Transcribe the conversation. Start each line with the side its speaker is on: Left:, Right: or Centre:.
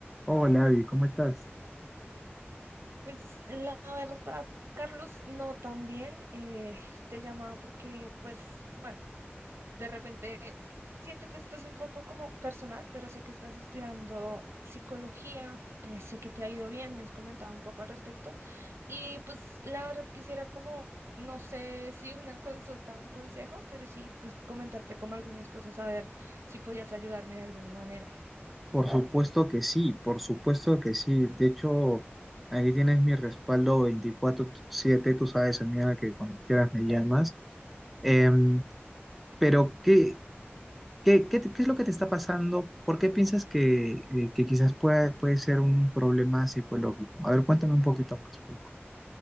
Centre: Hola, Abby, ¿cómo estás?
Right: Pues la verdad, Carlos, no tan bien. eh, te llamaba porque, pues, bueno, de repente siento que esto es un poco como personal, pero sé que estás estudiando psicología, eh, sé que te ha ido bien, me has comentado un poco al respecto. Y pues la verdad quisiera como, no sé si una consulta o un consejo, pero sí, pues comentarte como algunas cosas, a ver si podías ayudarme de alguna manera.
Centre: Por supuesto que sí, por supuesto que sí. De hecho, aquí tienes mi respaldo veinticuatro siete, tú sabes, amiga, que cuando quieras me llamas. Em, pero, ¿qué, qué, qué, te- qué es lo que te está pasando? ¿Por qué piensas que, eh, que quizás pueda, puede ser un problema psicológico? A ver, cuéntame un poquito más, por favor.